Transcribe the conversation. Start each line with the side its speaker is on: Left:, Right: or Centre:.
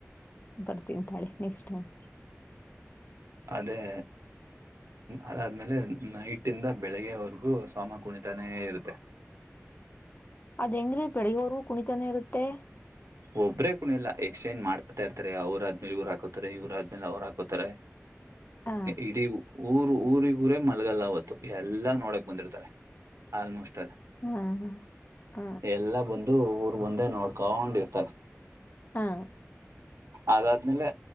Right: ಅ
Left: ಬರ್ತೀನಿ ತಿಂತಾಳೆ ನೆಕ್ಸ್ಟ್ ಟೈಮ್
Right: ಅದೇ ಅದಾದ್ಮೇಲೆ ನೈಟ ಇಂದ ಬೆಳಿಗ್ಗೆವರೆಗೂ ಸಾಮ ಕುಣಿತಾನೇ ಇರುತ್ತೆ
Left: ಅದ ಹೆಂಗ್ರೀ ಬೆಳಿವೂ ಕುಣಿತಾನೆ ಇರುತ್ತೆ
Right: ಒಬ್ಬ್ರೇ ಕುೂಣ ಎಲ್ಲ ಎಕ್ಸ್ಚೇಂಜ್ ಮಾಡ್ತಾ ಇರ್ತಾರೆ ಅವ್ರ ಆದ್ಮೇಲೆ ಇವ್ರು ಹಾಕತಾರೆ ಇವ್ರ ಆದ್ಮೇಲೆ ಅವ್ರು ಹಾಕೋತಾರೆ
Left: ಆ
Right: ಇಡೀ ಊರು ಊರಿ ಇರೇ ಮಲ್ಗಲ್ಲ ಅವತ್ತು ಎಲ್ಲಾ ನೋಡಕ್ ಬಂದಿರ್ತಾರೆ ಆಲ್ಮೋಸ್ಟ್ ಅಲ್ಲಿ
Left: ಹ ಹ
Right: ಎಲ್ಲ ಬಂದು ಊರ್ ಬಂದೇ ನೋಡ್ಕೊಂಡಿರ್ತಾರೆ
Left: ಹಾ
Right: ಅದಾದ್ಮೇಲೆ